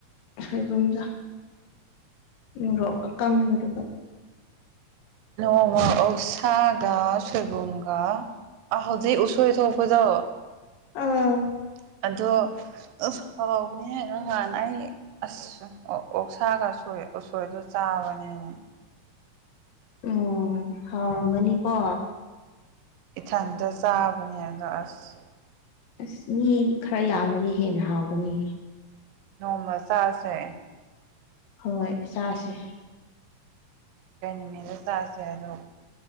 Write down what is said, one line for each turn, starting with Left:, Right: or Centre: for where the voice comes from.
Left: ꯑꯩ ꯎꯔꯣ ꯑꯀꯪꯕꯗꯨ
Right: ꯅꯃ ꯑꯣꯁꯒꯥ ꯁꯣꯏꯒꯨꯡꯒꯥꯥ ꯑꯥ ꯍꯧꯖꯤꯛ ꯎꯁꯣꯏ ꯊꯣꯛꯣꯛꯄꯗꯣ
Left: ꯑ
Right: <unintelligible> ꯑꯗꯣ ꯑꯁ ꯍꯥꯎꯕꯅꯦ ꯅꯉꯥꯟꯅ ꯑꯩ ꯑꯁ ꯑꯣꯛꯁꯥꯒ ꯁꯣꯏ ꯎꯁꯣꯏꯗꯨꯣ ꯆꯥꯕꯅꯦꯅꯦ
Left: ꯎꯝ ꯍꯥꯎꯒꯅꯤ ꯀꯣ
Right: ꯏꯊꯟꯇ ꯆꯥꯕꯅꯦ ꯑꯗꯣ ꯑꯁ
Left: ꯑꯁ ꯃꯤ ꯈꯔ ꯌꯥꯝꯃꯅꯤ ꯍꯦꯟꯅ ꯍꯥꯎꯒꯅꯤ
Right: ꯅꯣꯡꯃꯁꯥꯁꯦ
Left: ꯍꯣꯏ ꯆꯥꯁꯦ
Right: ꯀꯩ ꯅꯨꯃꯤꯗ ꯆꯥꯁꯦ ꯑꯗꯨꯣ